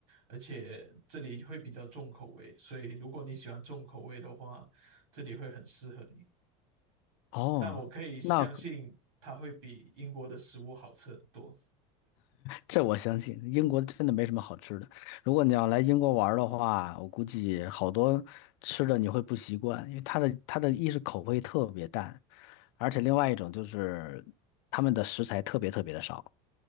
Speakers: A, on the right; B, on the left.
A: 而且这里会比较重口味，所以如果你喜欢重口味的话，这里会很适合你。
B: 哦，
A: 但我可以相信它会比英国的食物好吃很多。
B: 那这我相信，英国真的没什么好吃的。如果你要来英国玩儿的话，我估计好多吃的你会不习惯，因为它的它的一是口味特别淡，而且另外一种就是他们的食材特别特别的少。